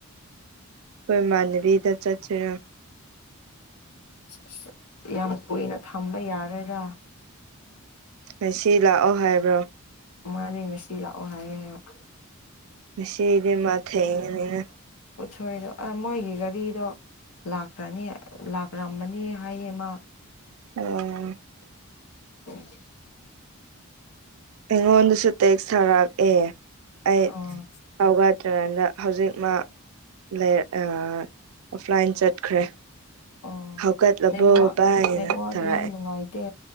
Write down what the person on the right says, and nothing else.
ꯍꯣꯏ ꯏꯃꯥꯟꯅꯕꯤ ꯗ ꯆꯠꯁꯦꯔꯥ
ꯉꯁꯤ ꯂꯥꯛꯑꯣ ꯍꯥꯏꯕ꯭ꯔꯣ
ꯉꯁꯤꯗꯤ ꯃꯥ ꯊꯩꯉꯅꯤꯅ
ꯑꯣ
ꯑꯩꯉꯣꯟꯗꯁꯨ ꯇꯦꯛꯁ ꯊꯥꯔꯛꯑꯦ ꯑꯩ
ꯇꯥꯎꯒꯗ꯭ꯔꯀꯥꯟꯗ ꯍꯧꯖꯤꯛ ꯃꯥ ꯂꯩ ꯑ ꯑꯣꯐꯂꯥꯏꯟ ꯆꯠꯈ꯭ꯔꯦ
ꯍꯧꯒꯠꯂꯕꯣ
ꯚꯥꯏꯅ
ꯊꯥꯔꯛꯑꯦ